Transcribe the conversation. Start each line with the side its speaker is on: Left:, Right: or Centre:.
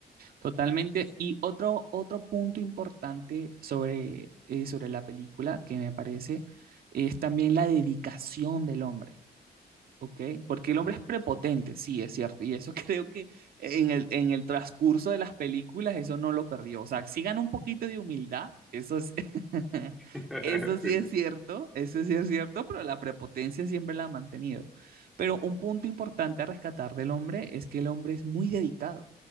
Right: totalmente. Y otro, otro punto importante sobre, eh, sobre la película que me parece es también la dedicación del hombre. Ok, porque el hombre es prepotente, sí, es cierto, y eso <laughs> creo que en el, en el transcurso de las películas eso no lo perdió, o sea, si gana un poquito de humildad, eso es- <laughs>
Centre: <laughs>
Right: eso sí
Centre: Sí,
Right: es
Centre: sí,
Right: cierto, eso sí es cierto, pero la prepotencia siempre la ha mantenido. Pero un punto importante a rescatar del hombre es que el hombre es muy dedicado,